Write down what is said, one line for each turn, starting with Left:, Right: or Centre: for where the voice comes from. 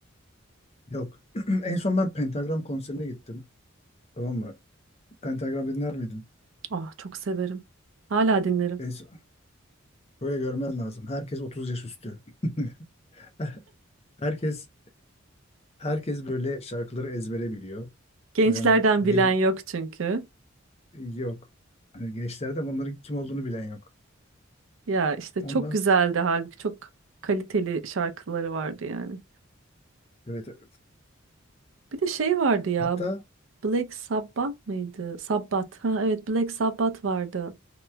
Left: Yok. <clears throat> En son ben Pentagram konserine gittim. Tamam mı? Pentagram dinler miydin?
Right: Ah çok severim. Hala dinlerim.
Left: En son- böyle görmen lazım. Herkes 30 yaş üstü. <laughs> Herkes herkes böyle şarkıları ezbere biliyor.
Right: Gençlerden
Left: Böyle hani bil
Right: bilen yok çünkü.
Left: yok. Hani gençlerde bunların kim olduğunu bilen yok.
Right: Ya işte
Left: Ondan
Right: çok güzeldi
Left: s-
Right: halbuki çok kaliteli şarkıları vardı yani.
Left: evet, evet.
Right: Bir de şey vardı ya.
Left: Hatta
Right: Black Sabbath mıydı? Sabbath. Ha evet Black Sabbath vardı.